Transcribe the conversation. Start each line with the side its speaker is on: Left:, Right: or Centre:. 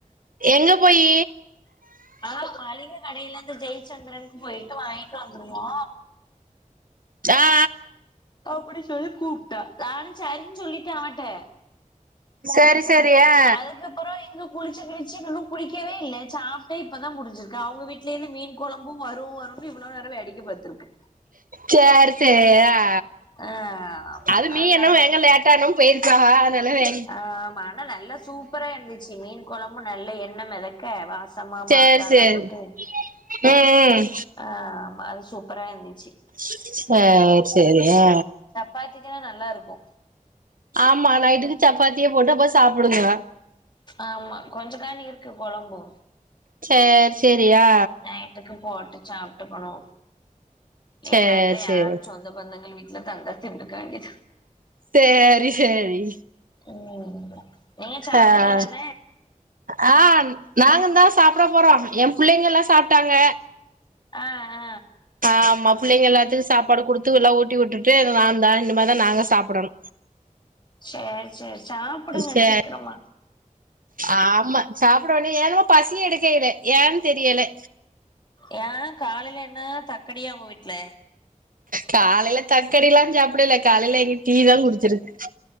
Right: எங்க போயி
Left: ஆ மளிக கடைலருந்து ஜெயச்சந்திரன்க்கு போயிட்டு வாங்கிட்டு வந்துருவோ
Right: ச்சா
Left: அப்டி சொல்லி கூப்ட்டா நானே சரின் சொல்லிட்டே அவட்டே
Right: சேரி சேரி ஆ
Left: அதுகப்பறோ எங்க குளிச்சு கிளிச்சு இன்னு குளிக்கவே இல்ல சாப் ட்டே இப்பதா முடிஞ்சிர்க்கு அவுங்க வீட்லேந்து மீன் கொழம்பு வரு வரூனு இவ்ளோ நேரோ வேடிக்க பாத்துருக்க
Right: சேர் சேர் ஆ
Left: ஆ ஆமா
Right: அது மீ
Left: அதா
Right: இன்னு வேக லே ட்டாதா போயிரிச்சாக அதனாலே வே
Left: ஆ ஆமா ஆனா நல்லா சூப்பரா இருந்துச்சு மீன் கொழம்பு நல்ல எண்ண மெத க்க வாசமா
Right: சேர்
Left: மாங்கால
Right: சேரி
Left: போட்டு
Right: ம் ம்
Left: ஆ ஆமா அது சூப்பரா இந்துச்சி
Right: சேரி சேரி அ
Left: பாத்தீங்கனா நல்லாருக்கு
Right: ஆமா நைட்டுக்கு சப்பாத்தியே போட்டு அப்போ சாப்புடுங்கோ
Left: ஆமா கொஞ்ச காண் இருக்கு கொழம்பூ
Right: சேரி சேரியா
Left: நைட்டுக்கு போட்டு சாப்ட்டுக்கனு
Right: சேர்
Left: இல்லாட்டா யாரோ
Right: சேரி
Left: சொந்த பந்தங்கள் வீட்ல தங்கத்தின்டுக்காண்டி
Right: சேரி சேரி
Left: ம் நீங்க சாப்டீங்க
Right: ஆ
Left: தான
Right: ஆ நாங்க தா சாப்ட போறோ எ புள்ளைங்க எல்லா சாப்ட்டாங்க
Left: அ ஆ
Right: ஆமா புள்ளைங்க எல்லாத்துக்கு சாப்பாடு குடுத்து எல்லா ஊட்டி உட்டுடு அத நாந்தா இனிமேதா நாங்க சாப்படணு
Left: சேரி சேரி சாப்டுங்க
Right: சேரி
Left: சீக்கரமா
Right: ஆமா சாப்ட ஒன்னே ஏனுமோ பசியே எடுக்கையிலே ஏ தெரியலே
Left: ஏ காலைல என்ன தக்கடியா உங்க வீட்ல
Right: காலைல தக்கடிலா சாப்டலே காலையில எ டீதா குடிச்சிருக்கு